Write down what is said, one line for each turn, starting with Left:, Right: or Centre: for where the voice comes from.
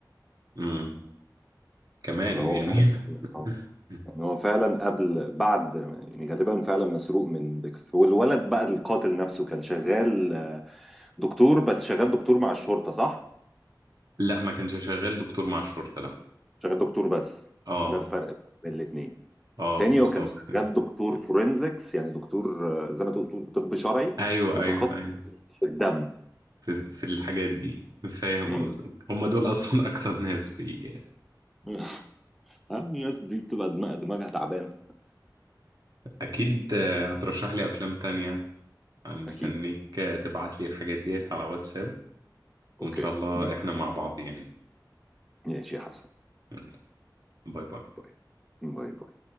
Right: امم كمان
Centre: فهو
Right: يعني
Centre: فعلا اه
Right: <laughs>
Centre: يعني هو فعلا قبل بعد يعني غالبا فعلا مسروق من ديكس هو الولد بقى القاتل نفسه كان شغال آه، دكتور بس شغال دكتور مع الشرطة صح؟
Right: لا ما كانش شغال دكتور مع الشرطة لا
Centre: شغال دكتور بس
Right: اه
Centre: ده الفرق بين الاثنين
Right: اه
Centre: التاني
Right: بالظبط
Centre: هو كان شغال دكتور فورنزكس يعني دكتور آه، زي ما تقول تقول طب شرعي
Right: ايوه
Centre: متخصص
Right: ايوه ايوه
Centre: في الدم
Right: في, في الحاجات دي فاهم
Centre: امم
Right: قصدك هم دول اصلا <laughs> اكتر ناس بي
Centre: <laughs> آه، الناس دي بتبقى دماغ- دماغها تعبانة
Right: اكيد آه، هترشح لي افلام تانية أنا مستنيك
Centre: <laughs> أكيد
Right: آه، تبعت لي الحاجات ديت على واتساب
Centre: اوكي
Right: وان شاء الله
Centre: دي
Right: احنا مع بعض يعني
Centre: ماشي يا حسن
Right: يلا باي باي
Centre: باي باي باي